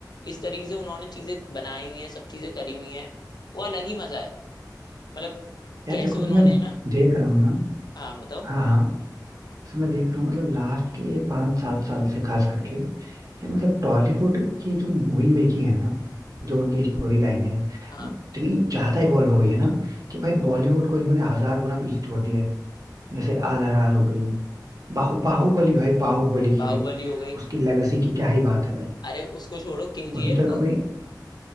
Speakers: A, on the left; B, on the right.
A: इस तरीके से उन्होंने चीजें बनाई हुई हैं सब चीजें करी हुई हैं वो अलग ही मजा है मतलब
B: यार
A: कैसे
B: देखो
A: उन्होंने
B: अभी मैं
A: है ना
B: देख रहा हूँ ना
A: हाँ बताओ
B: हाँ हाँ जैसे मैं देख रहा हूँ मतलब लास्ट के पाँच सात साल से खास करके ये मतलब टॉलीवुड की जो मूवी मेकिंग है ना जो उनकी स्टोरी लाइन है
A: हाँ
B: वो इतनी ज्यादा इवॉल्व हो गई है ना कि भाई बॉलीवुड को इन्होंने हजार गुना पीछे छोड़ दिया है जैसे आर आर आर हो गई बाहु बाहुबली भाई बाहुबली
A: बाहुबली
B: की भाई
A: हो गई
B: उसकी लेगेसी की क्या ही बात है भाई
A: अरे उसको छोड़ो केजीएफ
B: उसने तो एक अपने